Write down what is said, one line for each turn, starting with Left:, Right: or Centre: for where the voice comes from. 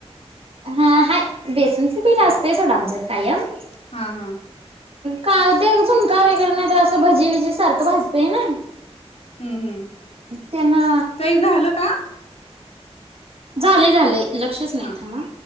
Right: हा हाय बेसनचे पीठ असतेय सोडं आमच्यात कायम.
Left: हा हा
Right: का ते झुणका वगैरे नाही तर असं भजी बीजी सारखं भाजतंय ना.
Left: हम्म हम्म
Right: त्यांना
Left: ताई झालं का
Right: झाले झाले लक्षच नाही
Left: हा
Right: थांब ह.